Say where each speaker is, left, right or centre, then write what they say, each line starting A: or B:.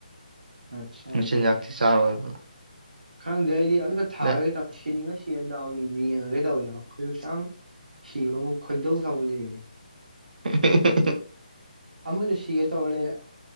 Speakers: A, on the right; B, on the right.
A: ꯑꯠꯆꯥ
B: ꯃꯆꯤꯟꯖꯥꯥꯛꯗꯤ ꯆꯥꯔꯣꯏꯕ
A: ꯈꯪꯗ꯭ꯔꯦ ꯑꯩꯗꯤ ꯑꯝꯇ ꯊꯥꯔꯒꯗꯤ
B: ꯅ
A: ꯁꯤꯅꯤꯡꯉꯁꯤ ꯁꯤꯗꯥꯎ ꯌꯦꯡ ꯌꯦꯡꯉꯒꯦ ꯇꯧꯋ ꯑꯩꯈꯣꯏꯁꯨꯁꯨ ꯌꯥꯝ ꯁꯤꯕꯕꯨ ꯈꯣꯏꯗꯧ ꯊꯧꯕ ꯂꯡꯉꯦ
B: inaudible
A: ꯑꯃꯁꯨ ꯁꯤꯒꯦ ꯇꯧꯔ ꯂꯩ